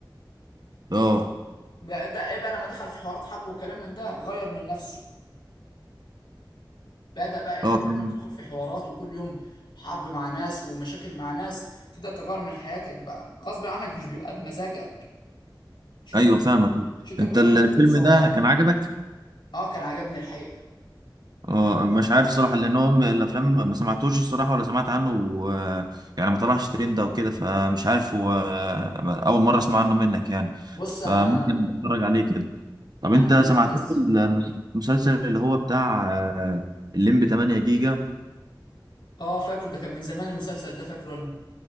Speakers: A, on the right; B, on the left.
A: اه
B: بدا ايه بقى لما دخل في حوارات حرب والكلام من ده غير من نفسه بدا بقى انت
A: اه
B: فاهم
A: فاهم.
B: لما تدخل في حوارات وكل يوم حرب مع ناس ومشاكل مع ناس تبدا تغير من حياتك بقى غصب عنك مش بيبقى بمزاجك مش انت
A: ايوه
B: بت...
A: فاهمك
B: مش انت
A: انت
B: كل
A: الفيلم
B: يوم بتقابل صعوبات
A: ده كان عجبك
B: اه كان عجبني الحقيقه
A: اه مش عارف الصراحه لان هو من الافلام ما سمعتوش الصراحه ولا سمعت عنه و... يعني ما طلعش ترند او كده فمش عارف هو اول مره اسمع عنه منك يعني
B: بص
A: فممكن
B: انا
A: اتفرج عليه كده طب
B: انا
A: انت سمعت
B: من الناس
A: له المسلسل اللي هو بتاع آه، الليمبي 8 جيجا
B: اه فاكره ده كان من زمان المسلسل ده فاكره انا